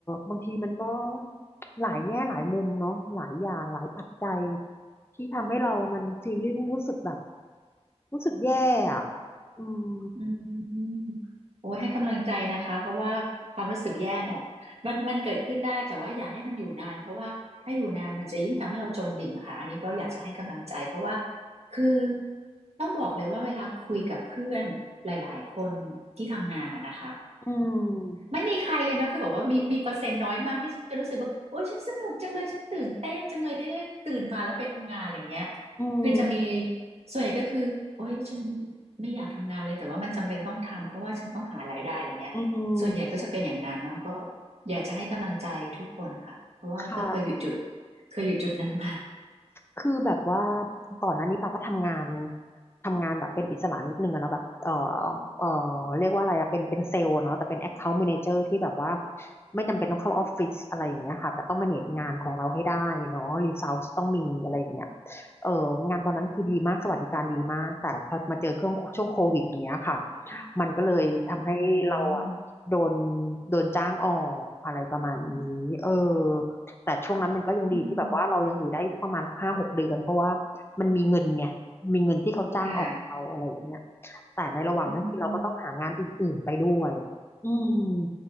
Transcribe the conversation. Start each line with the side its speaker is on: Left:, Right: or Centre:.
Left: บางทีมันก็หลายแง่หลายมุมเนาะหลายอย่างหลายปัจจัยที่ทำให้เรามันฟีลลิ่งรู้สึกแบบรู้สึกแย่อะอืม
Right: อืมโอ้ยให้กำลังใจนะคะเพราะว่าความรู้สึกแย่เนี่ยมันมันเกิดขึ้นได้แต่ว่าอย่าให้มันอยู่นานเพราะว่าถ้าอยู่นานมันจะยิ่งทำให้เราจมดิ่งอะค่ะอันนี้ก็อยากจะให้กำลังใจเพราะว่าคือต้องบอกเลยว่าเวลาคุยกับเพื่อนหลายๆคนที่ทำงานอะนะคะ
Left: อืม
Right: ไม่มีใครเลยนะคือแบบว่ามีมีเปอร์เซ็นต์น้อยมากที่จะรู้สึกว่าโอ๊ยฉันสนุกจังเลยฉันตื่นเต้นจังเลยที่ได้ตื่นมาแล้วไปทำงานอะไรเงี้ย
Left: อืม
Right: คือจะมีส่วนใหญ่ก็คือโอ๊ยฉันไม่อยากทำงานเลยแต่ว่ามันจำเป็นต้องทำเพราะว่าฉันต้องหารายได้อะไรเงี้ยส่วนใหญ่ก็จะเป็นอย่างนั้นเนาะก็
Left: อืม
Right: อยากจะให้กำลังใจทุกคนค่ะเพราะว่าก็เคยอยู่จุด
Left: ค่ะ
Right: เคยอยู่จุดนั้นมา
Left: คือแบบว่าก่อนหน้านี้ปาก็ทำงานทำงานแบบเป็นอิสระนิดนึงอะเนาะแบบเออเออเรียกว่าอะไรอะเป็นเป็นเซลล์เนาะแต่เป็น Account Manager ที่แบบว่าไม่จำเป็นต้องเข้าออฟฟิศอะไรอย่างเงี้ยค่ะแต่ต้องมาเนจงานของเราให้ได้เนาะรีซอสต้องมีอะไรอย่างเงี้ยเอองานตอนนั้นคือดีมากสวัสดิการดีมากแต่พอมาเจอเครื่องช่วงโควิดอย่างเงี้ยค่ะมันก็เลยทำให้เราอะโดน
Right: อืม
Left: โดนจ้างออกอะไรประมาณนี้เออ แต่ช่วงนั้นมันก็ยังดีที่แบบว่าเรายังอยู่ได้ประมาณห้าหกเดือนเพราะว่า
Right: อืม
Left: มันมีเงินไงมีเงินที่เขาจ้างออกเราอะไรอย่างเงี้ย
Right: ค่ะ
Left: แต่ในระหว่างนั้นคือเราก็ต้องหางานอื่นๆไปด้วย
Right: อืม
Left: อืม